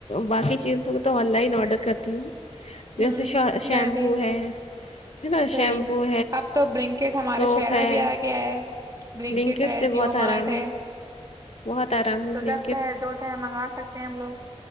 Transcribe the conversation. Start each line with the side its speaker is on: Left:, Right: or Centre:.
Left: باقی چیزوں کو تو آن لائن آڈر کرتی ہوں جیسے
Right: ہوں
Left: شیمپو
Right: میں بھی
Left: ہے ہے نا
Right: صحیح
Left: شیمپو
Right: ہے اب تو برنکٹ ہمارے
Left: سوپ
Right: شہر
Left: ہے
Right: میں بھی آ گیا ہے برنکٹ
Left: بلینکٹ
Right: ہے
Left: سے بہت
Right: جیو
Left: آرام
Right: مارٹ ہے
Left: بہت آرام ہے
Right: تو
Left: بلینکٹ
Right: جب چاہے جو چاہے منگوا سکتے ہیں ہم لوگ